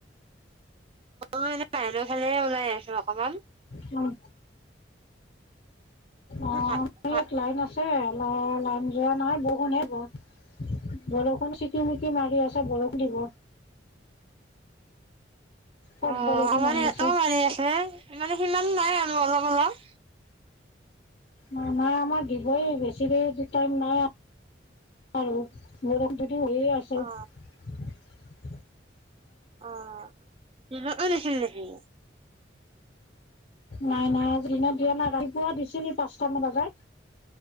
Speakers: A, on the right; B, on the left.
A: অই এনে বাহেৰ খালে ওলাই আহিছো অকমান।
B: উম
A: পিছে
B: অ'
A: ভাত
B: ম
A: ভাত
B: এক লাইন আছে অ লাইন যোৱা নহয় বৰষুণে বৰ বৰষুণ কি ন কি মাৰি আছে বৰষণ দিব পত
A: অ
B: বৰষুণ
A: আমাৰ
B: আহিলেচোন
A: ইয়াতো মাৰি আছে মানে সিমান নাই আৰু অলপ অলপ
B: নাই নাই আমাৰ দিবই বেছি দেৰি দু টাইম নাই আৰু গৰম পেতি হৈয়ে আছো
A: অ অ' দেখিলি নেখি
B: নাই নাই আজ দিনত দিয়া নাই ৰাতিপুৱা দিছো নি পাঁচটাামান বজাত